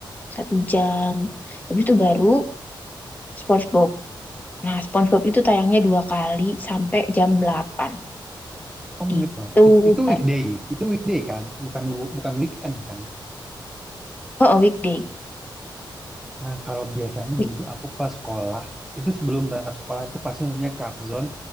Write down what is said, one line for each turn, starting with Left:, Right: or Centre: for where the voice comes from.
Left: satu jam. Habis itu baru SpongeBob. Nah, SpongeBob itu tayangnya dua kali sampai jam delapan
Centre: Kamu inget
Left: Itu
Centre: banget. Itu, itu
Left: baru.
Centre: weekday. Itu weekday kan? Bukan wu- bukan weekend kan?
Left: Oh, oh, weekday.
Centre: Nah, kalau biasanya
Left: Week
Centre: dulu aku pas sekolah, itu sebelum berangkat sekolah itu pasti nontonnya Cakzon.